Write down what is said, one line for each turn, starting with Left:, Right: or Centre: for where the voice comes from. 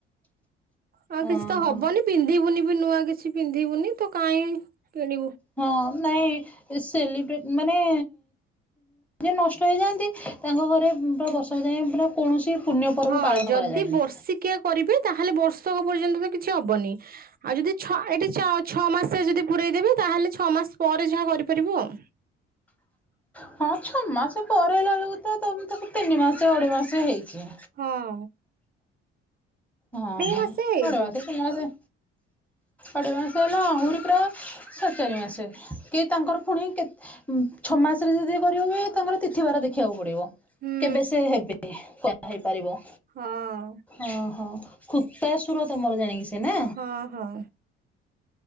Right: ଆଉ କିଛି
Centre: ଓହୋ।
Right: ତ ହବନି ପିନ୍ଧିବୁନି ବି ନୂଆ କିଛି ପିନ୍ଧିବୁନି ତ କାଇଁ କିଣିବୁ।
Centre: ହଁ ନାଇଁ ସେଲିବ୍ରେଟ୍ ମାନେ ଯେ ନଷ୍ଟ ହେଇଯାଆନ୍ତି ତାଙ୍କ ଘରେ ପୁରା ବର୍ଷକ ଯାଏଁପୁରା କୌଣସି ପୁଣ୍ୟ ପର୍ବ
Right: ହଁ
Centre: ପାଳନ
Right: ଯଦି
Centre: କରାଯାଏନି।
Right: ବର୍ଷିକିଆ କରିବେ ତାହେଲେ ବର୍ଷକ ପର୍ଯ୍ୟନ୍ତ ତ କିଛି ହବନି ଆଉ ଯଦି ଛଅ ଏଠି ଛଅ ଛଅ ମାସ ସେ ଯଦି ପୁରେଇ ଦେବେ ତାହେଲେ ଛଅ ମାସ ପରେ ଯାହା କରିପାରିବ ଆଉ।
Centre: ହଁ ଛଅ ମାସ ପରେ ହେଲା ବେଳକୁ ତ ତ ମୁ ତାକୁ ତିନି ମାସ ଅଢେଇ ମାସ ହେଇଚି।
Right: ହଁ।
Centre: ହଁ ହଁ ଅଢେଇ
Right: ମାସେ ହେଇଛି।
Centre: ମାସେ ତିନି ମାସେ ଅ଼ଢେଈ ମାସ ହେଲା ଆହୁରି ପୁରା ସାଢ଼େ ଚାରି ମାସେ କି ତାଙ୍କର ପୁଣି କେତେ ଉ ଛଅ ମାସରେ ଯଦି କରିବ ବି ତମର ତିଥିବାର ଦେଖିବାକୁ ପଡିବ।
Right: ହୁଁ
Centre: କେବେ ସେ ହେବେ <inaudible> ହେଇପାରିବ।
Right: ହଁ।
Centre: ଓହୋ ଖୁତାସୁର ତମର ଜାଣିକି ସେ ନା?
Right: ହଁ ହଁ।